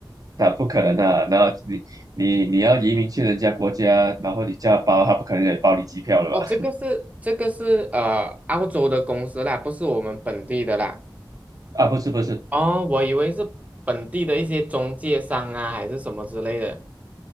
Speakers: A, on the right (about 45°); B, on the right (about 15°).
A: 那不可能啊，然后你你你要移民去人家国家，然后你叫他包，他不可能也包你机票了吧？
B: 哦，这个是这个是呃澳洲的公司啦，不是我们本地的啦。
A: <laughs> 啊，不是不是，
B: 哦，我以为是本地的一些中介商啊，还是什么之类的。